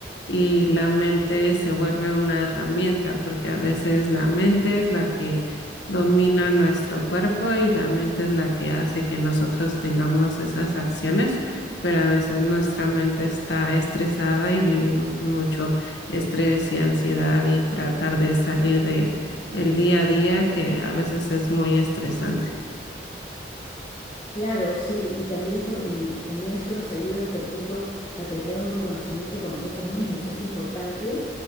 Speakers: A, on the left; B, on the left.
A: y la mente se vuelve una herramienta, porque a veces la mente es la que domina nuestro cuerpo y la mente es la que hace que nosotros tengamos esas acciones pero a veces nuestra mente está estresada y vivimos con mucho estrés y ansiedad y tratar de salir de el día a día que a veces es muy estresante.
B: Claro, sí, y también eso, y también eso nos ayuda, por ejemplo, a tener un reconocimiento con nosotros mismos. Es importante